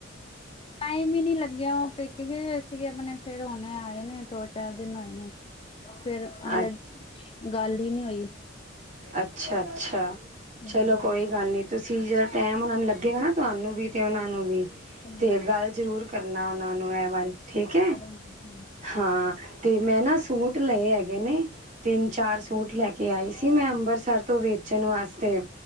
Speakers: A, on the left; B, on the right.
A: ਟਾਈਮ ਹੀ ਨੀ ਲੱਗਿਆ, ਉਹ ਪੇਕੇ ਗਏ ਹੋਏ ਸੀ ਆਪਣੇ, ਫਿਰ ਹੁਣੇ ਆਏ ਨੇ, ਦੋ -ਚਾਰ ਦਿਨ ਹੋਏ ਨੇ‌। ਫਿਰ ਹਲੇੇ,
B: ਅੱ
A: ਗੱਲ ਹੀ ਨਹੀਂ ਹੋਈ।
B: ਅੱਛਾ- ਅੱਛਾ,
A: ਹੂੰ।
B: ਚਲੋ, ਕੋਈ ਗੱਲ ਨੀ। ਤੁਸੀਂ ਜਦੋਂ ਟਾਈਮ ਉਹਨਾ ਨੂੰ ਲੱਗੇਗਾ ਨਾ, ਤੁਹਾਨੂੰ ਵੀ ਤੇ ਉਹਨਾ ਨੂੰ ਵੀ
A: ਹੂੰ।
B: ਤੇ ਗੱਲ ਜ਼ਰੂਰ ਕਰਨਾ ਉਹਨਾਂ ਨੂੰ ਐ ਵਾਲੀ ਠੀਕ ਐ।
A: ਹਾਂਜੀ-ਹਾਂਜੀ
B: ਹਾਂ, ਤੇ ਮੈਂ ਨਾ ਸੂਟ ਲਏ ਹੈਗੇ ਨੇ, ਤਿੰਨ -ਚਾਰ ਸੂਟ ਲੈ ਕੇ ਆਈ
A: ਆਓ
B: ਸੀ ਮੈਂ ਅੰਬਰਸਰ ਤੋਂ ਵੇਚਣ ਵਾਸਤੇ,